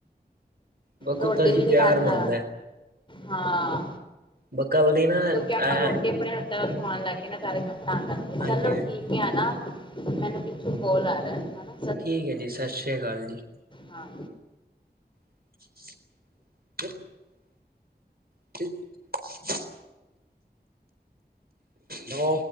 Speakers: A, on the right; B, on the left.
A: ਬ ਕੁੱਤਾ
B: ਰੋਟੀ ਵੀ
A: ਜੀ
B: ਨੀ
A: ਪਿਆਰ
B: ਖਾਂਦਾ।
A: ਮੰਗਦਾ।
B: ਹਾਂ,
A: ਬ ਕੱਲ ਦੀ ਨਾ
B: ਕਿਉਂਕਿ ਆਪਾਂ
A: ਐ
B: ਰੋਟੀ ਅਪਣੇ ਹ ਥਾ ਨਾਲ ਖੁਆਣ ਲੱਗ ਗੇ ਨਾ ਸਾਰੇ ਤਾਂ ਕਰਕੇ
A: ਹਾਂਜੀ-ਹਾਂਜੀ,
B: ਚਲੋ ਠੀਕ ਐ ਨਾ ਮੈਨੂੰ ਪਿੱਛੋਂ ਕੋਲ ਆ ਰੈ ਹੈਨਾ।
A: ਠੀਕ ਏ ਜੀ ਸਾ ਸ਼੍ਰੀ ਅਕਾਲ ਜੀ।
B: ਹਾਂ।
A: <unintelligible> <unintelligible> ਨੋ।